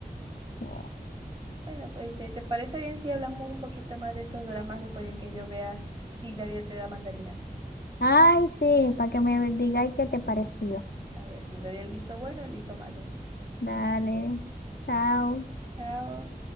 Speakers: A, on the left (about 80°); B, on the right (about 30°).
A: Yeah.
B: Bueno, pues ¿te, te parece bien si hablamos un poquito más de estos dramas después de que yo vea si la vida te da mandarinas?
A: Ay, sí, para que me digáis qué te pareció.
B: A ver si doy el visto bueno o el visto malo.
A: Dale, chao.
B: Chao.